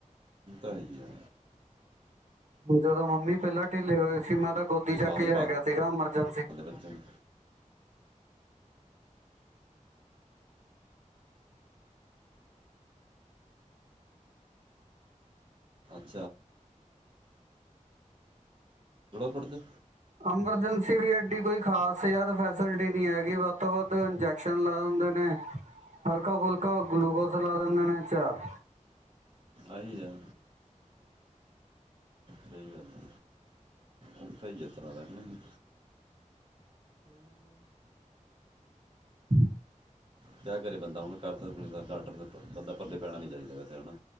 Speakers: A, on the right; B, on the right.
A: ਸਹੀ ਹੈ
B: ਹਣ ਜਦੋਂ ਮੰਮੀ ਪਹਿਲਾਂ ਢਿੱਲੇ ਹੋਏ ਸੀ ਮੈਂ ਤਾਂ ਗੋਦੀ
A: ਹੈ,
B: ਚੱਕ
A: ਸਾਰੇ
B: ਹੀ ਲੈ
A: ਭਾਲ
B: ਗਿਆ ਸੀਗਾਰ ਇੱਕਦਮ ਸ
A: ਦੇ ਬੱਚੇ ਨੂੰ। ਅੱਛਾ ਬੜ ਪੜਦੇ
B: ਐਮਰਜੈਂਸੀ ਵੀ ਐਡੀ ਕੋਈ ਖ਼ਾਸ ਯਾਰ ਫੈਸਿਲਿਟੀ ਨਹੀਂ ਹੈਗੀ ਵੱਧ ਤੋਂ ਵੱਧ ਇੰਜੈਕਸ਼ਨ ਲਾ ਦਿੰਦੇ ਨੇ ਹਲਕਾ ਫੁਲਕਾ ਗਲੂਕੋਸ ਲਾ ਦਿੰਦੇ ਨੇ ਚਾਰ
A: ਆਹੀ ਹੈ ਸਹੀ ਗੱਲ ਆ ਥ ਜਤਨਾ ਰਹੀਂ ਹ
B: ਹ
A: ਕਿਆ ਕਰੇ ਬੰਦਾ ਹੁਣ ਕਰਰ ਡਾਟਰ ਬਦਾ ਪੱਲੇ ਪੈਣਾ ਨੀ ਚਾਹੀਦਾ ਕਿਥੇ ਹਨਾ